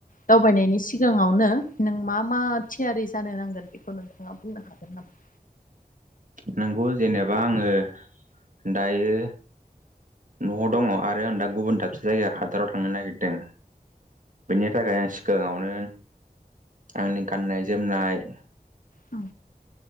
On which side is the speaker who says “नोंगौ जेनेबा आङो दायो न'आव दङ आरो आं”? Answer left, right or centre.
Right